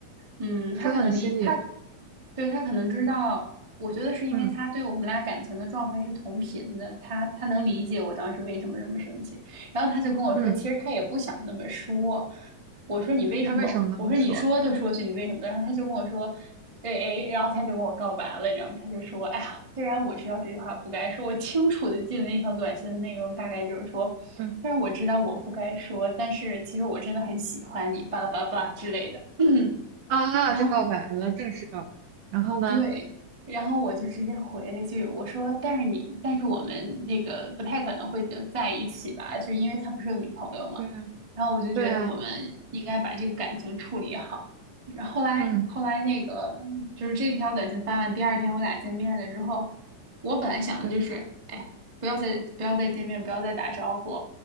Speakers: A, on the right; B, on the right.
A: 嗯，
B: 说到你心里了。
A: 他可能理他，对，他可能知道，我觉得是因为他对我们俩感情的状态是同频的，
B: 嗯
A: 他他能理解我当时为什么这么生气，然后他就跟我说，
B: 嗯，
A: 其实他也不想那么说，我说你为什么？
B: 那为什么那么说？
A: 我说你说都说去，你为什么？然后他就跟我说，对，哎，然后他就跟我告白了，你知道吗？他就说，哎呀，虽然我知道这句话不该说，我清楚的记得那条短信的内容大概就是说，
B: 嗯。
A: 虽然我知道我不该说，但是其实我真的很喜欢你，巴拉巴拉巴拉之类的。<clears throat>
B: 啊，啊就告白了，
A: 然后
B: 正式告白。然后呢，
A: 对，然后我就直接回了一句，我说：“但是你，但是我们那个不太可能会在一起吧？就是因为他不是有女朋友嘛。”然后我就觉得我们应该把这个感情处理好。
B: 对呀，对呀，
A: 然后后来，
B: 嗯，
A: 后来那个就是这条短信发完，第二天我俩见面了之后，我本来想的就是，
B: 是。
A: 哎呀，不要再不要再见面，不要再打招呼，